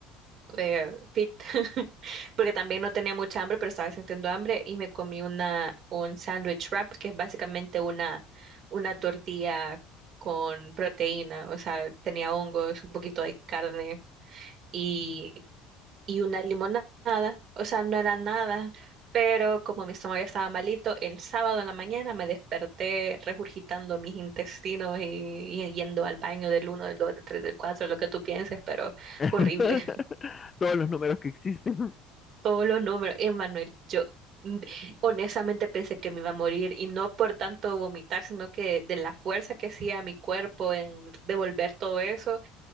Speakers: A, on the right; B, on the left.
A: eh, fit, <laughs> porque también no tenía mucha hambre, pero estaba sintiendo hambre y me comí una, un sandwich wrap, que es básicamente una, una tortilla con proteína, o sea, tenía hongos, un poquito de carne y, y una limonada, o sea, no era nada, pero como mi estómago ya estaba malito, el sábado en la mañana me desperté regurgitando mis intestinos y, y yendo al baño del uno, del 2, del 3, del 4, lo que tú pienses, pero
B: <laughs>
A: fue horrible.
B: Todos los números que existen.
A: todos los números. Emanuel, yo mm, honestamente pensé que me iba a morir y no por tanto vomitar, sino que de la fuerza que hacía mi cuerpo en devolver todo eso,